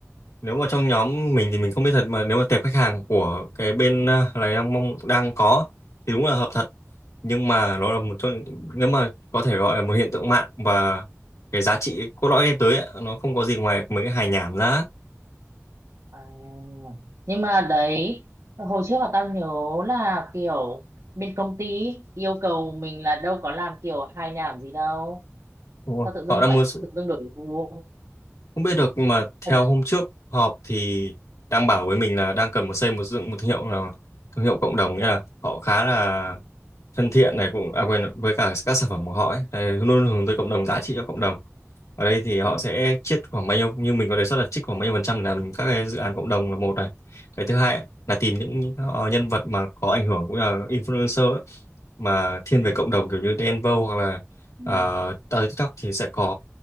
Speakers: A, on the left; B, on the right.
A: nếu mà trong nhóm mình thì mình không biết thật mà nếu mà tệp khách hàng của cái bên ờ, này đang mong đang có thì đúng là hợp thật nhưng mà nó là một trong những- nếu mà có thể gọi là một hiện tượng mạng và cái giá trị cốt lõi đem tới ấy, nó không có gì ngoài mấy cái hài nhảm ra
B: à, nhưng mà đấy hồi trước là tao nhớ là kiểu bên công ty yêu cầu mình là đâu có làm kiểu hài nhảm gì đâu
A: Đúng rồi.
B: tao tự dưng
A: họ đang
B: lại
A: mua
B: tự dưng đổi gu
A: Không biết được nhưng mà
B: thật
A: theo hôm
B: là-
A: trước họp thì đang bảo với mình là đang cần một xây một dựng một thương hiệu là thương hiệu cộng đồng nghĩa là họ khá là thân thiện này cũng à, quên với cả các sản phẩm của họ ấy Đấy, luôn luôn hướng tới cộng đồng giá trị cho cộng đồng ở đây thì họ
B: ừ,
A: sẽ chiết khoảng bao nhiêu như mình có đề xuất là chiết khoảng bao nhiêu phần trăm để làm các cái dự án cộng đồng là một này cái thứ hai ấy, là tìm những những, ờ, nhân vật mà có ảnh hưởng cũng là influencer ấy, mà thiên
B: ừ,
A: về cộng đồng kiểu như Đen Vâu hoặc là
B: ừ, ừ,
A: uh, TikTok thì sẽ có